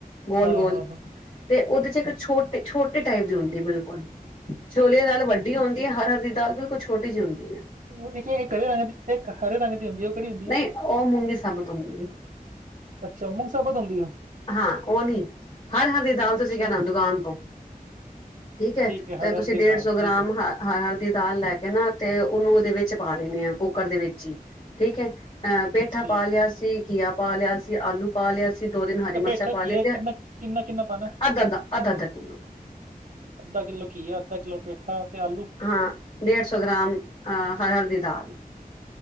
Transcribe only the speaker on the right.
ਹਾਂ ਹਾਂ ਹਾਂ
ਅੱਛਾ
<unintelligible> ਏਕ ਹਰੇ ਰੰਗ ਦੀ, ਏਕ ਹਰੇ ਰੰਗ ਦੀ ਹੁੰਦੀ ਐ, ਉਹ ਕੇੜੀ ਹੁੰਦੀ
ਐ?
ਅੱਛਾ ਮੁੂੰਗ ਸਾਬਤ ਹੁੰਦੀ ਐ।
ਅੱਛਾ
ਹੈ
ਹਰਹਰ
ਦੀ
ਦਾਲ
ਠੀਕ
ਹੈ
ਠੀਕ
ਹੈ
ਇਹ ਪੇਠਾ
ਘੀਆ
ਕਿੰਨਾ ਕਿੰਨਾ ਕਿੰਨਾ ਪਾਉਣਾ
ਅੱਧਾ ਕਿੱਲੋ ਘੀਆ, ਅੱਧਾ ਕਿੱਲੋ ਪੇਠਾ ਤੇ ਆਲੂ